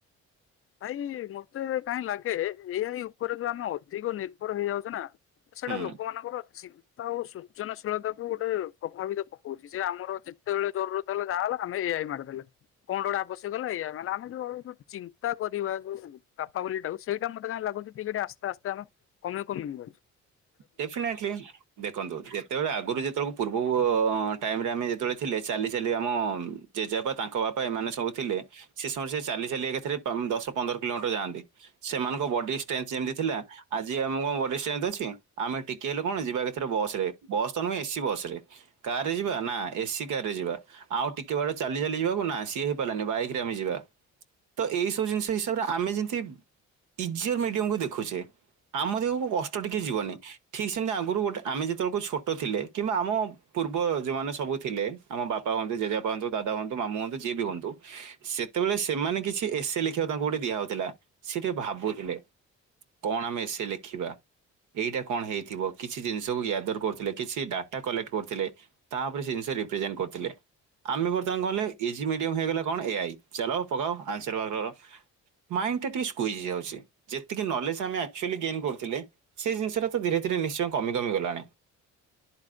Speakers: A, on the left; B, on the right.
A: ଭାଇ ମତେ କାହିଁ ଲାଗେ ଏଇଆଇ ଉପରେ ଯୋ ଆମେ ଅଧିକ ନିର୍ଭ ହେଇଯାଉଛେ ନା। ସେଇଟା
B: ହୁଁ
A: ଲୋକମାନଙ୍କର ସୀତା ଓ ସୃଜନଶୀଳତା କୁ ଗୋଟେ ପ୍ରଭାବିତ ପକଉଛି ଯେ ଆମର ଯେତେବେଳେ ଜରୁର ଯହାହେଲା ଆମେ ଏଆଇ ମାଡଖାଇଲେ କଣ ଗୋଟେ ଆବଶ୍ୟକ ହେ ଏଆଇରେ ଆମେ ଯୋଉ <unintelligible> ତା କରିବା କପାଲି ଟାକୁ ସେଇଟା ମତେ କହିଁ ଲାଗୁଛିିକେ ଆସ୍ତେ-ଆସ୍ତେ ଆମ <unintelligible> ଗଛ
B: ଡେଫିନେଟଲି। ଦେଖନ୍ତୁ ଯେତେବେଳେ ଆଗରୁ ଯେତେବେଳକୁ ପୂର୍ବ ଟାଇମରେ ଆମେ ଯେତେବେଳେ ଥିଲେ ଚାଲି ଚାଲି ଆମ ଜେଜେବା ତାଙ୍କ ବାପା ଏମାନେ ସବୁ ଥିଲେ ସେ ସବୁ ସେ ଚାଲି ଚାଲି ଏକାଥରେ ତମ୍ ଦଶ ପନ୍ଦର କିଲୋମିଟର ଯାଆନ୍ତି। ସେମାନଙ୍କ ବଡି ଇସ୍ଟ୍ରେନ୍ଜ୍ ଯେମିତି ଥିଲା ଆଜି ଆମ ବଡି ଇସ୍ଟ୍ରେନ୍ଜ୍ ଅଛି ଆମେ ଟିକେ ହେଲେ କଣ ଯିବା, ଏଥିରେ ବସ୍ ରେ ବସ୍ ତ ନୁହେଁ ଏସି ବସ ରେ କାର ରେ ଯିବା ନା ଏସି କାର ରେ ଯିବା। ଆଉ ଟିକେ ବେଳେ ଚାଲି-ଚାଲି ଯିବାକୁ ନା ସିଏ ହେଇପାରିଲାନି ବାଇକ ରେ ଆମେ ଯିବା, ତ ଏଇ ସବୁ ଜିନିଷ ହିସାବରେ ଆମେ ଯେମିତି, ଇଜିୟର୍ ମିଡିୟମକୁ ଦେଖୁଛେ ଆମ ଦେହକୁ ଅଷ୍ଟ ଟିକେ ଯିବନି, ଠିକ୍ ସେମିତି ଆଗରୁ ଗୋଟେ ଆମେ ଯେତେବେଳକୁ ଛୋଟ ଥିଲେ କିମ୍ବା ଆମ, ପୂର୍ବ ଯଉମାନେ ସବୁ ଥିଲେ ଆମ ବାପା ହୁଅନ୍ତୁ ଜେଜେ ବାପା ହୁଅନ୍ତୁ ଦାଦା ହୁଅନ୍ତୁ ମାମୁ ହୁଅନ୍ତୁ ଯିଏ ବି ହୁଅନ୍ତୁ, ସେତେବେଳେ ସେମାନେ କିଛି ଏସେ ଲେଖିବାକୁ ତାଙ୍କୁ ଗୋଟେ ଦିଆହଉଥିଲା ସେ ଟିକେ ଭାବୁଥିଲେ। କଣ ଆମେ ଏସେ ଲେଖିବା ଏଇଟା କଣ ହେଇଥିବ କିଛି ଜିନିଷକୁ ୟାଦର କରୁଥିଲେ କିଛି ଡାଟା କଲେକ୍ଟ କରୁଥିଲେ। ତାପରେ ସେ ଜିନିଷ ରିଫ୍ଲେଜନ୍ କରିୁଥିଲେ ଆମେ ବର୍ତ୍ତମାନ କହିଲେ ଇଜି ମିଡିୟମ ହେଇଗଲା କଣ ଏଆଇ ଚାଲ ପକାଅ ଆନ୍ସର ବାହାର କର, ମାଇ ଟା ଟିକେ ସ୍କୁ ଯାଉଛି ଯେତିକି ନଲେଜ ଆମେ ଆକ୍ଚୁଲି ଗେନ୍ କରୁଥିଲେ ସେ ଜିନିଷ ଟାକ୍ ତ ଧୀରେ-ଧୀରେ ନିଶ୍ଚୟ କମି-କମି ଗଲାଣି।